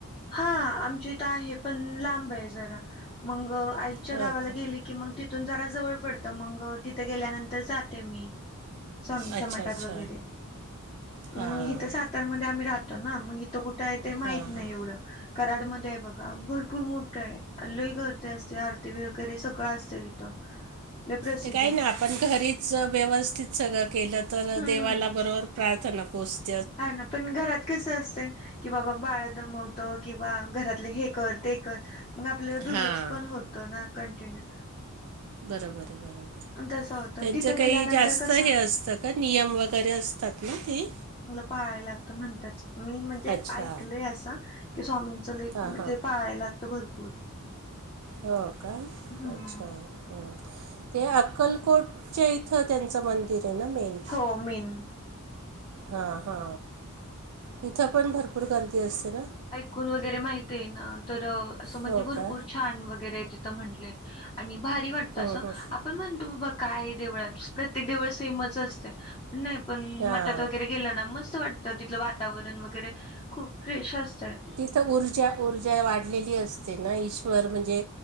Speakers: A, on the left; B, on the right.
A: हा आमची ईथ आहे पण लांब आहे जरा मग आ च्या
B: हो
A: गावाला
B: का
A: गेली की मग तिथून जरा जवळ पडत मग तिथ गेल्यानंतर जाते मी. स्वामींच्या
B: अच्छा
A: मठात
B: अच्छा
A: वगैरे
B: हां
A: मग इथं सातारमध्ये आम्ही राहतो ना मग तो कुठं आहे ते माहित
B: हां
A: नाही
B: हां
A: एवढं. कराडमध्ये आहे बघा भरपूर मोठं आहे आणि लयी गर्दी असत्या आरती वगैरे सगळं असते तिथे. लयी प्रसिद्ध
B: ते काही
A: आहे.
B: नाही आपण घरीच व्यवस्थित सगळं केलं तर
A: हम्म
B: देवाला बरोबर प्रार्थना पोहोचत
A: हा ना पण घरात कस असतय कि बाबा बाळ दमवत किंवा घरातले हे कर ते कर मग आपलं दुर्लक्ष
B: हां
A: पण होत तो ना कंटिन्यू
B: बरंबरं बर.
A: तसं होतं
B: त्यांचं
A: आणि तिथं गेल्यानंतर
B: काही जास्त
A: कसं
B: हे असतं का नियम वगैरे असतात ना ते?
A: पाळाय लागत म्हणतच मी म्हणजे
B: अच्छा
A: ऐकलय असं की स्वामींच लयी
B: हां
A: म्हणजे
B: हां
A: पाळाय त भरपूर
B: हा का
A: हम्म
B: अच्छा हा. ते अक्कलकोटच्या इथं त्यांचं मंदिर आहे ना मेन?
A: हो मेन
B: हा हा तिथं पण भरपूर गर्दी असते ना?
A: कोण वगैरे माहित आहे ना तर असं म्हणजे
B: हो
A: भरपूर
B: का
A: छान वगैरे आहे तिथं म्हंटले आणि भारी वाटत
B: हां
A: असं
B: हां
A: आपण म्हणतो बाबा काय देवळात प्रत्येक देवळ सेमच असते नाही पण
B: हां
A: मटात वगैरे गेलं ना मस्त वाटतं तिथलं वा वातावरण वगैरे खूप फ्रेश असतय.
B: त ऊर्जा ऊर्जा वाढलेली असते ना ईश्वर म्हणजे